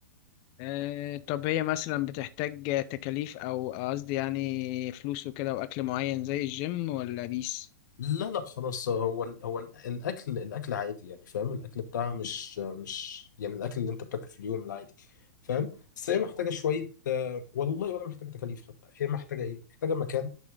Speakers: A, on the left; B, on the left.
A: آه، طب هي مثلا بتحتاج تكاليف أو قصدي يعني فلوس وكده وأكل معين زي الجيم ولا بيس؟
B: لا لا خلاص هو ال هو ال الاكل الاكل عادي يعني فاهم الاكل بتاعها مش مش يعني الاكل اللي انت بتاكله في اليوم العادي فاهم بس هي
A: <laughs>
B: محتاجة شوية آه، والله ولا محتاجة تكاليف حتى هي محتاجة ايه محتاجة مكان